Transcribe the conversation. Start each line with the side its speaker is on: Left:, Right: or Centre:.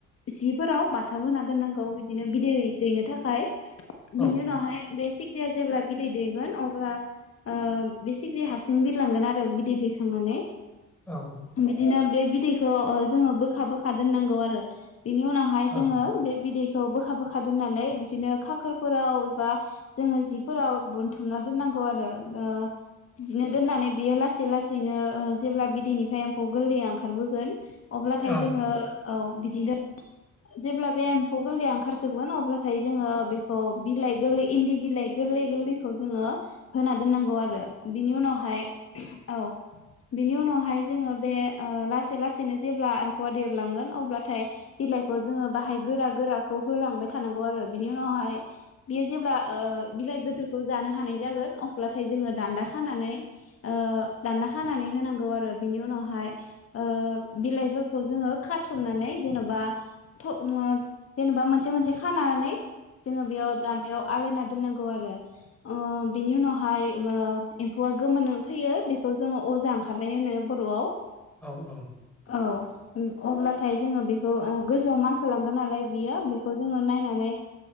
Left: सिफोराव बाथाब होना दोननांगौ बिदिनो बिदै दैनो थाखाय
Centre: औ
Left: बिनि उनावहाय बे सिक्रिया जेब्ला बिदै दैगोन अब्ला ओ बे सिग्रिया हारसिं बिरलांगोन आरो बिदै दैखांनानै
Centre: औ
Left: बिदिनो बे बिदैखौ जोङो बोखा बोखा दोननांगौ आरो बिनि उनावहाय
Centre: औ
Left: जोङो बे बिदै खौ बोखा बोखा दोननानै बिदिनो खाखोरफोराव एबा जोङो जिफोराव बोनथुमना दोननांगौ आरो ओ बिदिनो दोननानै बियो लासै लासैनो ओ जेब्ला बिदैनिफ्राय एम्फौ गोरलैया ओंखारबोगोन अब्लाथाय
Centre: औ
Left: जोङो औ बिदिनो जेब्ला बे एम्फौ गोरलैया ओंखारजोबगोन अब्लाथाय जोङो बेखौ बिलाइ गोरलै इन्दि बिलाइ गोरलै गोरलैखौ जोङो होना दोननांगौ आरो बिनि उनावहाय औ बिनि उनावहाय जोङो बे ओ लासै लासैनो जेब्ला एम्फौआ देरलांगोन अब्लाथाय बिलाइखौ जोङो बाहाय गोरा गोराखौ होलांबाय थानांगौ आरो बिनि उनावहाय बियो जेब्ला ओ बिलाइ गोदोरखौ जानो हानाय जागोन अब ब्लाथाय जोङो दान्दा खानानै ओ दान्दा खानानै होनांगौ आरो बिनि उनावहाय ओ बिलाइफोरखौ जोङो खाथुमनानै जेन'बा जेनेबा मोनसे मोनसे खानानै जोङो बेयाव दान्दायाव आलायना दोननांगौ ख आरो अ बिनि उनाव हाय ओ एम्फौआ गोमोन फैयो बेखौ जोङो अजा ओंखारनाय होनो बर'आव
Centre: औ औ
Left: <inaudible> औ अब्लाथाय जोङो बेखौ गोजौआव मानखोलांगोन नालाय बियो बेखौ जोङो नायनानै